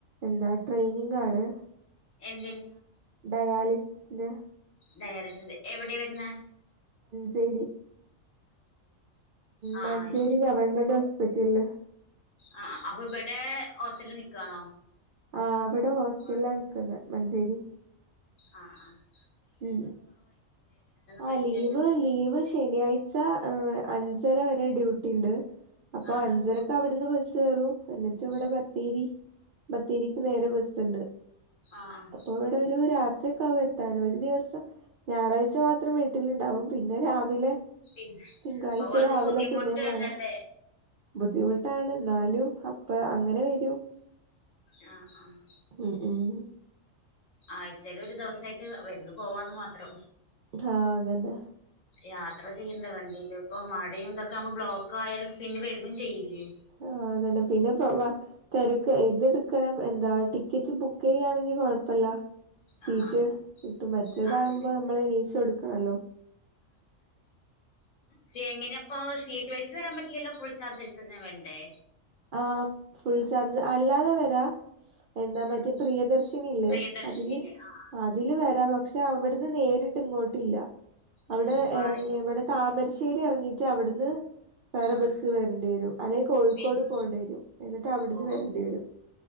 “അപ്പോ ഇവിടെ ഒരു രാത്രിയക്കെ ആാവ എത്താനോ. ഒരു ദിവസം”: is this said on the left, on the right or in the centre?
Right